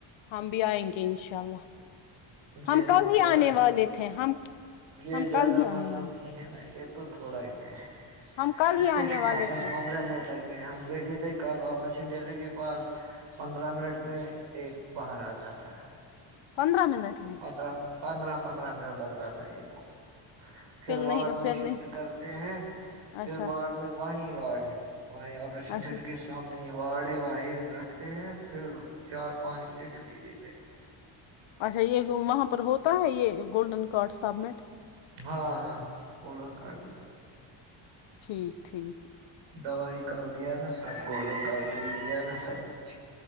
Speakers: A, on the left; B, on the right.
A: ہم بھی آئیں گے انشاء اللہ ہم
B: یہ
A: کل
B: تو
A: ہی
B: تھوڑا
A: آنے والے تھے ہم
B: یہ
A: ہم
B: زیادہ
A: کل ہی آنے
B: مسئلہ
A: والے
B: نہیں ہے نا یہ تو تھوڑا ہی ہے
A: ہم کل
B: اس
A: ہی آنے
B: کو کتنا
A: والے
B: دس
A: تھے
B: پندرہ منٹ لگتا ہم بیٹھے تھے کل آپریشن تھیٹر کے پاس پندرہ منٹ میں ایک باہر آتا تھا
A: پندرہ منٹ میں
B: ادرد پندرہ پندرہ منٹ لگتا تھا ایک پھر وارڈ
A: نہیں
B: میں
A: پھر
B: شفٹ
A: نہیں
B: کرتے ہیں پھر
A: اچھا
B: وارڈ میں وہیں وارڈ ہے وہیں آپریشن
A: اچھا
B: تٹر کے سامنے وارڈ ہے وہیں رکھتے ہیں پھر چار پانچ بجے چھٹی دے <unintelligible>
A: اچھا یہ وہاں پر ہوتا ہے یہ گولڈن کارڈ سبمٹ
B: ہاں ہاں گولڈن کارڈ بھی ہے
A: ٹھیک ٹھیک
B: دوائیکال دیا نا سب گولڈن کارڈ بھیہ دیا نا سب کچھ